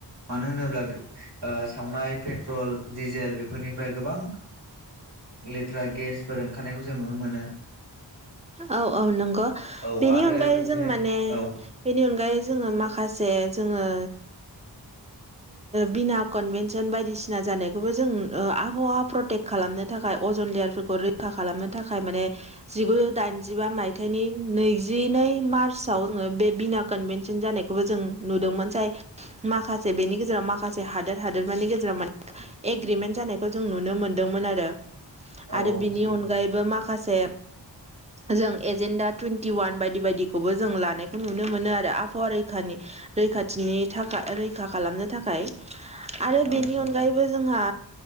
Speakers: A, on the right; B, on the right.
A: मानो होनोब्ला सावनाय पेट्रल डिजेल बेफोरनिफ्राय गोबां लेथ्रा गेसफोर ओंखारनायखौ जों नुनो मोनो।
B: औ औ नंगौ
A: औ
B: बेनि
A: आरो
B: अनगायै
A: बेबदिनो
B: जों माने
A: औ
B: बेनि अनगायै जोङो माखासे जोङो बिना कनभेनसन बायदिसिना जानायखौबो जों आबहावा प्रे खालामनो थाखाय अजन लेयारफोरखौ रैखा खालामनो थाखाय माने जिगुजौ दाइन बजिबा मायथाइनि नैजिनै मार्चआव जोङो बे बिना कनभेनसन जानायखौबो जों नुदोंमोन जाय माखासे बेनि गेजेराव माखासे हादोर हादोरमानि गेजेराव मान एग्रेमेन्ट जानायखौ जों नुनो मोनदोंमोन आरो।
A: औ
B: आरो
A: औ
B: बिनि
A: सैथो
B: अनगायैबो
A: नोंथां
B: माखासे जों एजेन्डा टुवन्टि वान बायदि बायदिखौबो जों लानायखौ नुनो मोनो आरो आबहावा रैखानि रैखाथिनि थाखा रैखा खालामनो थाखाय आरो बेनि
A: औ सैथो
B: अनगायैबो जोंहा